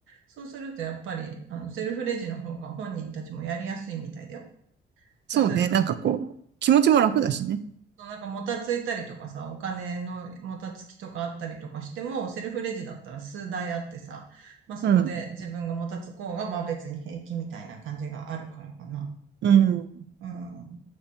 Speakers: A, on the right; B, on the right.
A: そうするとやっぱり、あの、セルフレジの方が本人たちもやりやすいみたいだよ。
B: そうね。
A: 例えば、
B: なんかこう、気持ちも楽だしね。
A: そうなんかもたついたりとかさ、お金のもたつきとかあったりとかしても、セルフレジだったら数台あってさ、まあそこで自分がもたつこうが、
B: うん。
A: まあ別に平気みたいな感じがあるからかな。
B: うん。
A: うん。